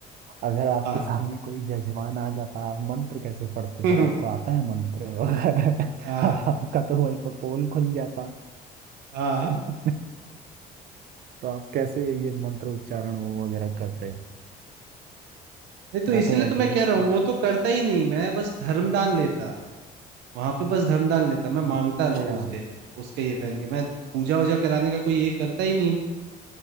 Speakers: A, on the right; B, on the right.
A: अगर आपके
B: हाँ
A: सामने कोई जजमान आ जाता आप मंत्र कैसे पढ़ते
B: <laughs>
A: फिर आपको आता है मंत्र वगैरह?
B: हाँ
A: <laughs> आपका तो वहीं पर पोल खुल जाता
B: हाँ
A: <laughs> तो आप कैसे ये मंत्र उच्चारण वो वगैरह करते
B: नहीं तो
A: मैं
B: इसीलिए
A: तो एटलीस्ट
B: तो मैं कह रहा हूँ वो तो करता ही नहीं मैं बस धर्मदान लेता वहां पे बस धर्मदान लेता मैं मांगता
A: अच्छा
B: लोगों से उसके ये पहन के मैं पूजा वूजा कराने का कोई ये करता ही नहीं